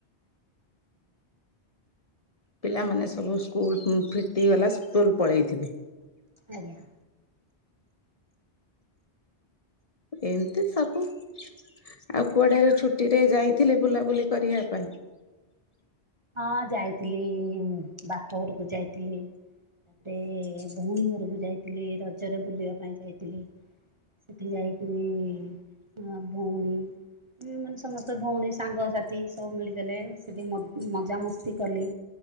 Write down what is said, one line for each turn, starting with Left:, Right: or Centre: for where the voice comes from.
Left: ପିଲାମାନେ ସବୁ ସ୍କୁଲ କୁ ଫିଟିଗଲା ସ୍କୁଲ ପଳେଇଥିବେ।
Right: ଆଜ୍ଞା
Left: ଏମିତି ସବୁ ଆଉ କୁଆଡେ ଛୁଟିରେ ଯାଇଥିଲେ ବୁଲାବୁଲି କରିବା ପାଇଁ?
Right: ହଁ ଯାଇଥିଲି ବାପ ଘରକୁ ଯାଇଥିଲି। ଏ ସବୁ ଯାଇଥିଲି ରଜରେ ବୁଲିବା ପାଇଁ ଯାଇଥିଲି। ସେଠି ଯାଇକିଣି ସେଠି ମୋ ଭୋଉଣୀ ହୁଁ ସମସ୍ତ ଭଉଣୀ ସାଙ୍ଗସାଥି ସବୁ ମିଳିଦେଲେ ସେଠି ମଜାମସ୍ତି କଲେ